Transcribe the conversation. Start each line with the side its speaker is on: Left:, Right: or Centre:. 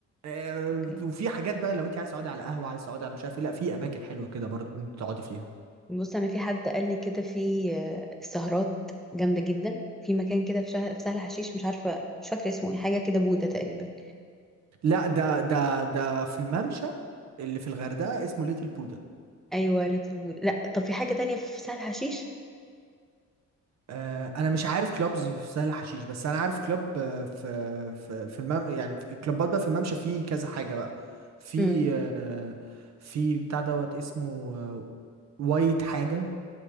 Right: آه،
Centre: اوكي
Right: وفي حاجات بقى لو انت عايز تقعدي على قهوه عايز تقعدي على مش عارف ايه لا في اماكن حلوه كده برضه انت تقعدي فيها
Centre: بص انا في حد قال لي كده في آه، سهرات جامده جدا في مكان كده في شهر في سهل حشيش مش عارفه مش فاكره اسمه ايه حاجه كده بوده تقريبا
Right: لا ده ده ده في الممشى اللي في الغردقة اسمه ليتل بودا
Centre: ايوه ليتل بودا لا طب في حاجه تانية في سهل حشيش
Right: آه انا مش عارف كلوبز في سهل حشيش بس انا عارف كلوب آه، في في في المم يعني في كلوبات بقى في الممشى في كذا حاجة بقى في
Centre: امم
Right: آه في بتاع دوت اسمه آه وايت حاجة